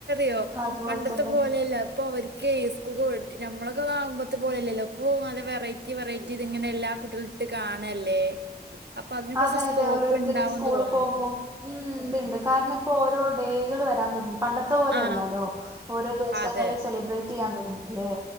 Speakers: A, on the right (about 85°); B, on the right (about 20°).
A: യോ
B: അതുപോലെ
A: പണ്ടത്തെ
B: തന്നെ
A: പോലെയല്ല പ്പഅവര് കേസ്കൂ കോളിറ്റി നമ്മളൊക്കതാകുമ്പത്തെ പോലല്ലല്ലോ ഇപ്പൊ നല്ല വെറൈറ്റി വെറൈറ്റി ഇതിങ്ങനെ എല്ലാ കുട്ട്യാള് ട്ട് കാണല്ലേ. അപ്പൊ അതിന് കൊർച്ച്
B: അതെ
A: സ്കോപ്പ്ണ്ടാവും
B: അതെ ഓരോരുത്തര് സ്കൂളിൽ
A: തോന്ന്ണ്
B: പോകുമ്പോം ഉം ണ്ട്ണ്ട് കാരണിപ്പോരോ ഡേകൾ വരാൻ തൊട്ങ്ങി പണ്ടത്തെ പോലെയല്ലാല്ലോ,
A: ആ
B: ഓരോ ദിവസങ്ങള്
A: അതെ
B: സെലിബ്രേ റ്റെയ്യാൻ തോടങ്ങീലേ..